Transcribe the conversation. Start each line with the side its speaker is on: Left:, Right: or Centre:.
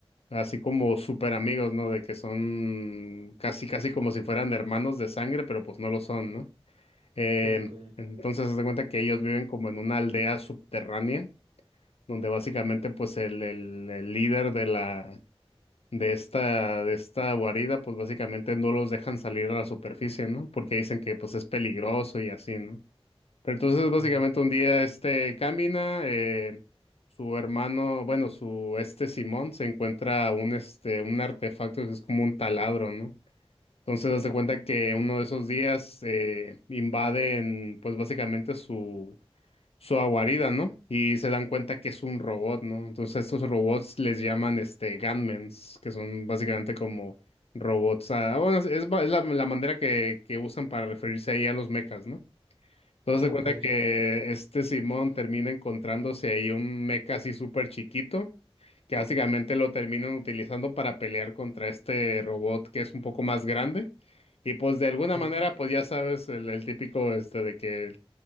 Left: así como súper amigos, ¿no? De que son casi, casi como si fueran hermanos de sangre, pero pues no lo son, ¿no? Eh,
Right: Sí, ok.
Left: entonces, se da cuenta que ellos viven como en una aldea subterránea, donde básicamente, pues, el, el- el líder de la, de esta, de esta guarida, pues, básicamente no los dejan salir a la superficie, ¿no? Porque dicen que, pues, es peligroso y así, ¿no? Pero entonces,
Right: Ujú.
Left: básicamente, un día, este, camina, eh, su hermano, bueno, su, este Simón, se encuentra un, este, un artefacto que es como un taladro, ¿no? Entonces, haz de cuenta que uno de esos días eh, invaden, pues básicamente su, su guarida, ¿no? Y se dan cuenta que es un robot, ¿no? Entonces, estos robots les llaman este Gunmans, que son básicamente como robots. ah, bueno, es, es ba- es la, la manera que, que usan para referirse ahí a los mechas, ¿no? Entonces
Right: Sí, ok.
Left: se cuenta que este Simón termina encontrándose ahí un mecha así súper chiquito, que básicamente lo terminan utilizando para pelear contra este robot que es un poco más grande. Y pues de alguna
Right: Ok, el
Left: manera, pues ya sabes, el, el típico este de que